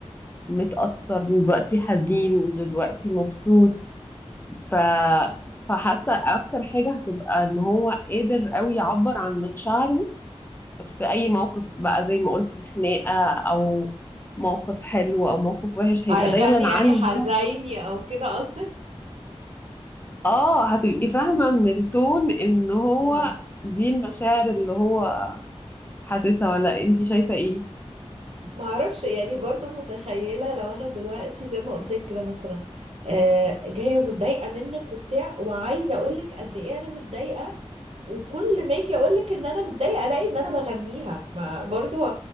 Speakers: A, on the left (about 20°); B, on the right (about 65°).
A: متأثر دلوقتي حزين دلوقتي مبسوط ف... فحاسه اكتر حاجه هتبقى ان هو قادر قوي يعبر عن مشاعره في اي موقف بقى زي ما قلتي خناقه او موقف حلو او موقف وحش هيبقى
B: هيغني
A: دايما
B: يعني
A: عنده
B: حزيني او كده قصدك
A: اه هتبقي فاهمه من التون ان هو
B: آه.
A: دي المشاعر اللي هو حاسسها ولا انتي شايفه ايه
B: ما اعرفش يعني برضو متخيلة لو انا دلوقتي زي ما قلت لك كده مثلا آه جاية متضايقة منك وبتاع وعايزة اقولك قد ايه انا متضايقة وكل ما اجي اقول لك ان انا متضايقه الاقي ان انا بغنيها ما برضو